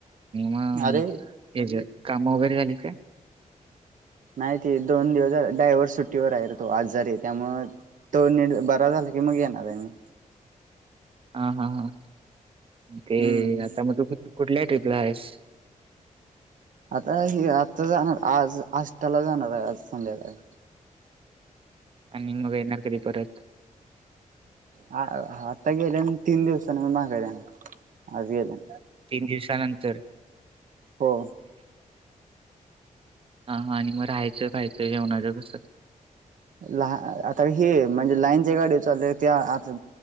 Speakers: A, on the right; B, on the right.
A: मग
B: अरे
A: हेज काम वगैरे झालीत काय?
B: नाही ते दोन दिवस डायव्हर्स सुट्टीवर आहे र तो आजारी हाय त्यामुळ तो निट बरा झाला की मग येणार आहे मी.
A: हा हा हां. ते
B: हम्म
A: आता म तू कुठल्या ट्रीपला आहेस?
B: आता हे आता जाणार आज आष्टाला जाणार आहे आज संध्याकाळी.
A: आणि मग येणार कधी परत?
B: ह आता गेल्यान तीन दिवसानी मग माघारी येणार आज गेल्यान.
A: तीन दिवसानंतर?
B: हो.
A: हा हा आणि मग राहायचं खायचं जेवणाच कस?
B: लान आता हे म्हणजे लाईनच्या गाडी चालले त्या आता